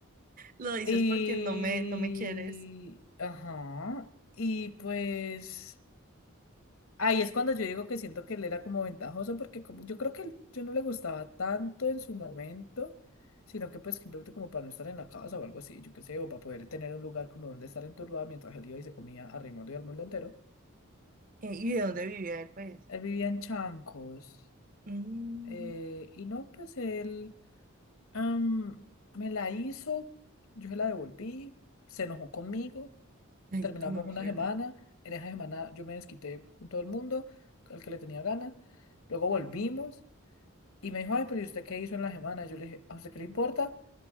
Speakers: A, on the right; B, on the left.
A: Lo dices
B: Y...
A: porque no me, no me quieres.
B: Ajá. Y pues... Ahí es cuando yo digo que siento que él era como ventajoso, porque como, yo creo que él- yo no le gustaba tanto en su momento, sino que pues simplemente como para no estar en la casa o algo así, yo qué sé, o para poder tener un lugar como donde estar enturbado mientras él iba y se comía a Raimundo y al mundo entero.
A: Eh, ¿y de dónde vivía él, pues?
B: Él vivía en Chancos.
A: Mm,
B: Eh, y no, pues él am, me la hizo, yo se la devolví, se enojó conmigo,
A: ay,
B: terminamos
A: tan horrible.
B: una semana, en esa semana yo me desquité con todo el mundo, al que le tenía ganas, luego volvimos y me dijo, ay, pero ¿y usted qué hizo en la semana? Yo le dije, ¿a usted qué le importa?